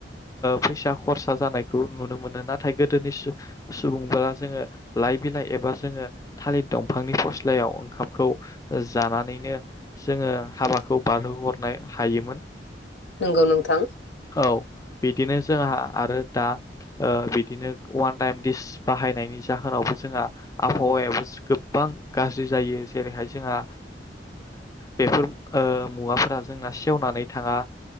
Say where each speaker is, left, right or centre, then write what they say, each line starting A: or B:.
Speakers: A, on the left (about 20°); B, on the left (about 80°).
A: फैसा खरसा जानाय खौ नुनो मोनो नाथाय गोदोनि सुबुंफोरा जोङो लाइ बिलाइ एबा जोङो थालिर दंफांनि फस्लायाव ओंखामखौ जानानैनो जोङो हाबाखौ बारहोहरनो हायोमोन।
B: नंगौ नोंथां नंगौ नोंथां
A: औ बिदिनो जोंहा आरो दा ओ बिदिनो वान टाइम दिसि बाहायनायनि जाहोनावबो जोंहा आबहावायाबो गोबां गाज्रि जायो जेरैहाय जोंहा बेफोर मुवाफोरा जोंना सेवनानै थाङा